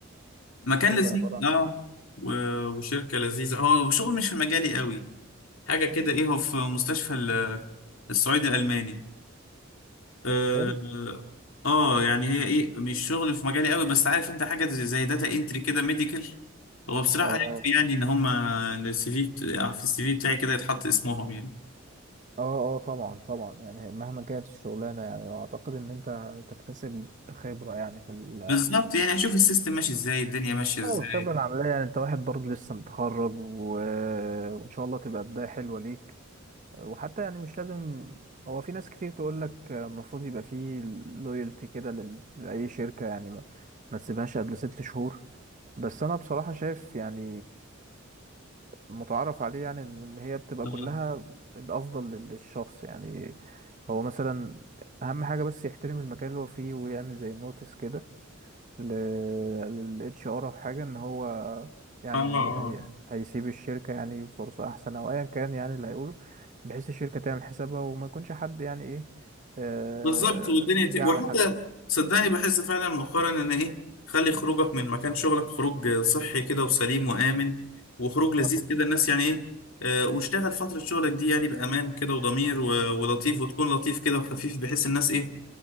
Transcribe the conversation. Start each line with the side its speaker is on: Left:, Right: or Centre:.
Left: مكان
Right: الشغل
Left: لذيذ
Right: عباره عن
Left: اه و... وشركة لذيذة هو شغل مش في مجالي قوي حاجة كده ايه هو في مستشفى ال- الصعيدي الألماني اه
Right: حلو
Left: آه، يعني هي ايه مش شغل في مجالي قوي بس عارف انت حاجة زي زي داتا انتري كده ميديكال هو بصراحة
Right: اه
Left: يكفي يعني ان هما السي في بت... يعني في السي في بتاعي كده يتحط اسمهم يعني
Right: اه اه طبعا طبعا يعني مهما كانت الشغلانه يعني اعتقد ان انت تكتسب خبره يعني في ال
Left: بالظبط يعني اشوف السيستم ماشي ازاي الدنيا ماشية
Right: اه
Left: ازاي
Right: الخبره العمليه يعني انت واحد برضه لسه متخرج و... وان شاء الله تبقى بدايه حلوه ليك وحتى يعني مش لازم هو في ناس كتير تقول لك المفروض يبقى فيه لويالتي كده لل- لاي شركه يعني ما ما تسيبهاش قبل ست شهور بس انا بصراحه شايف يعني متعارف عليه يعني ان هي بتبقى
Left: اه
Right: كلها الافضل لل- للشخص يعني هو مثلا اهم حاجه بس يحترم المكان اللي هو فيه ويعمل زي نوتس كده للاتش ار او حاجه ان هو يعني
Left: اه
Right: هي
Left: آه.
Right: هي هيسيب الشركه يعني فرصه احسن او ايا كان يعني اللي هيقوله بحيث الشركه تعمل حسابها وما يكونش حد يعني ايه آه،
Left: بالظبط والدنيا
Right: جه
Left: ت... وحتى
Right: على حد
Left: صدقني بحس فعلا مؤخرا ان ايه خلي خروجك من مكان شغلك خروج صحي كده وسليم وآمن وخروج لذيذ
Right: آه،
Left: كده الناس يعني ايه آه واشتغل فترة شغلك دي يعني بأمان كده وضمير و... ولطيف وتكون لطيف كده وخفيف بحيث الناس ايه